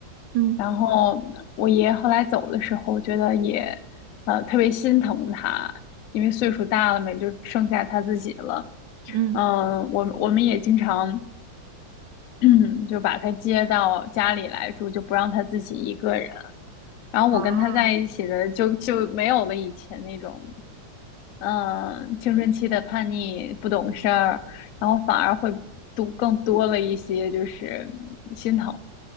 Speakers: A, on the right; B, on the left.
A: 嗯
B: 然后我爷后来走的时候，我觉得也，呃，特别心疼他，因为岁数大了嘛，也就剩下他自己了。
A: 嗯
B: 嗯，我我们也经常，<clears throat> 就把他接到家里来住，就不让他自己一个人。然后我跟他在一起的就就没有了以前那种
A: 哦，
B: 嗯，青春期的叛逆、不懂事儿，然后反而会多更多了一些，就是嗯心疼，